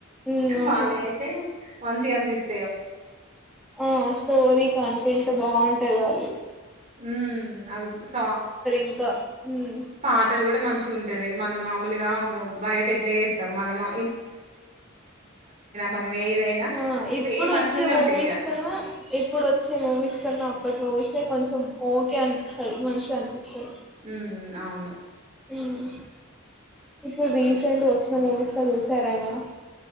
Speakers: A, in the centre; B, on the right.
A: ఉమ్ అవును
B: వాళ్ళ ఐతే మంచి గనిపిస్త
A: ఆ స్టోరి కంటెంట్ ట్ బావుంటయ్ వాళ్ళయి
B: మ్ అవి సా
A: ఇంకా ఉమ్
B: పాటలు గూడా మంచిగుంటది మనం మామూలుగా అవును బయట ఎట్ల చే త్తం మనమా మనం ఏదైనా
A: ఆ ఇప్పుడు
B: సేమ్
A: వచ్చే
B: అట్లనే
A: మూవీస్
B: ఉంటాయి ఇక
A: కన్నా ఇప్పుడువచ్చే మూవీస్ కన్నా అప్పటి మూవీస్ ఏ కొంచెం ఓకే అనిపిస్తది మంచిగా అనిపిస్తది
B: మ్ అవును
A: మ్ ఇప్పుడు రీసెంట్ వచ్చిన మూవీస్ లో చూస్ తారేమైనా